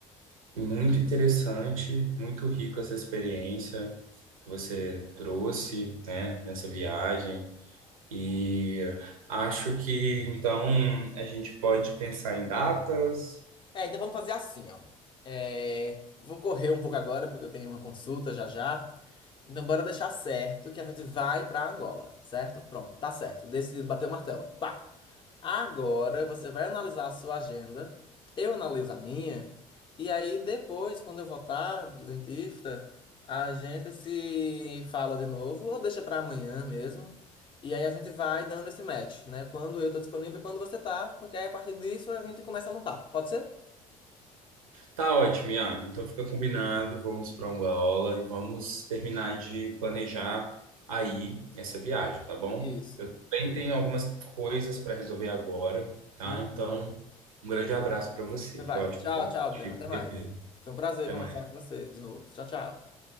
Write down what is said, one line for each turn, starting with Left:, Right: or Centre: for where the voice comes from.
Right: muito interessante, muito rico essa experiência. que você trouxe, né, nessa viagem. E acho que então a gente pode pensar em datas.
Left: É, então vamos fazer assim, ó. É, vou correr um pouco agora, porque eu tenho uma consulta já já. Então, bora deixar certo que a gente vai pra Angola, certo? Pronto, tá certo. Decidido, bateu o martelo. Pá! Agora você vai analisar a sua agenda, eu analiso a minha, e aí depois, quando eu voltar do dentista, a gente se fala de novo ou deixa pra amanhã mesmo. E aí a gente vai dando esse match, né? Quando eu tô disponível e quando você tá, porque aí a partir disso a gente começa a montar. Pode ser?
Right: Tá ótimo, Iago. Então fica combinado, vamos para Angola e vamos terminar de planejar aí essa viagem, tá bom?
Left: Isso.
Right: Bem, tem algumas coisas para resolver agora, tá?
Left: Uhum.
Right: Então, um grande abraço para você.
Left: Vai.
Right: Foi ótimo
Left: Tchau,
Right: falar
Left: tchau,
Right: contigo,
Left: Breno. Até mais.
Right: revê-lo.
Left: Foi um prazer
Right: Até
Left: conversar
Right: mais.
Left: com você de novo. Tchau, tchau.